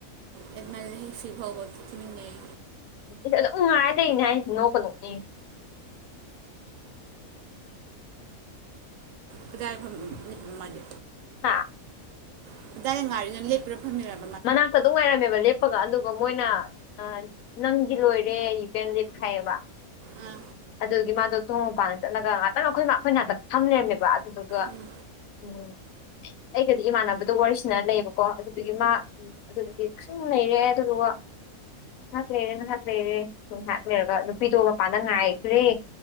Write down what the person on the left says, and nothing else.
ꯏꯁ ꯑꯗꯨꯝ ꯉꯥꯏꯔ ꯂꯩꯔꯤꯅꯦ ꯍꯥꯏ ꯅꯣꯛ ꯀ ꯅꯣꯛꯅꯦ
ꯍꯥꯥ
ꯃꯅꯥꯛꯇ ꯑꯗꯨꯝ ꯉꯥꯏꯔꯝꯃꯦꯕ ꯂꯦꯞꯄꯒ ꯑꯗꯨꯒ ꯃꯣꯏꯅ ꯑ ꯅꯪꯒꯤ ꯂꯣꯏꯔꯦ ꯌꯨ ꯀꯦꯟ ꯂꯤꯞ ꯍꯥꯢꯌꯦꯕ
ꯑꯗꯨꯒꯤ ꯃꯥꯗꯣ ꯊꯣꯡ ꯃꯄꯥꯟ ꯆꯠꯂꯒ ꯉꯥꯛꯇꯪ ꯑꯩꯈꯣꯏ ꯑꯩꯈꯣꯏ ꯅꯥꯥꯛꯇ ꯐꯝ ꯂꯩꯔꯝꯃꯦꯕ ꯑꯗꯨꯗꯨꯒ
ꯎꯝ ꯑꯩꯒꯗꯤ ꯏꯃꯥꯟꯅꯕꯗꯣ ꯋꯥꯔꯤꯁꯤꯅ ꯂꯩꯌꯦꯕꯀꯣ ꯑꯗꯨꯗꯨꯒꯤ ꯃꯥ ꯎꯝ ꯑꯗꯨꯗꯨꯒꯤ ꯁꯨꯝ ꯂꯩꯔꯦ ꯑꯗꯨꯒ ꯋꯥ ꯉꯥꯏꯍꯥꯛ ꯂꯩꯔꯦ ꯉꯥꯏꯍꯥꯛ ꯂꯩꯔꯦ ꯉꯥꯏꯍꯥꯛ ꯂꯩꯔꯒ ꯅꯨꯄꯤꯗꯣ ꯃꯄꯥꯟꯗ ꯉꯥꯏꯒ꯭ꯔꯦ